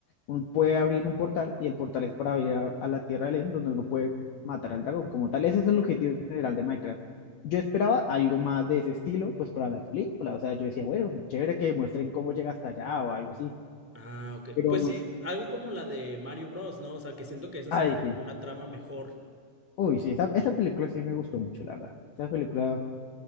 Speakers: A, on the left; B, in the centre.
A: uno puede abrir un portal y el portal es para ir a, a la Tierra del End, donde uno puede matar al dragón como tal. Ese es el objetivo general de Minecraft. Yo esperaba algo más de ese estilo, pues para la película, o sea, yo decía, bueno, chévere que muestren cómo llega hasta allá o algo así,
B: Ah, ok.
A: pero,
B: Pues sí, algo como la de Mario Bros, ¿no? O sea, que siento que esa
A: ay,
B: sí tuvo
A: sí.
B: como una trama mejor.
A: Uy, sí, esa, esa película sí me gustó mucho, la verdad. Esa película,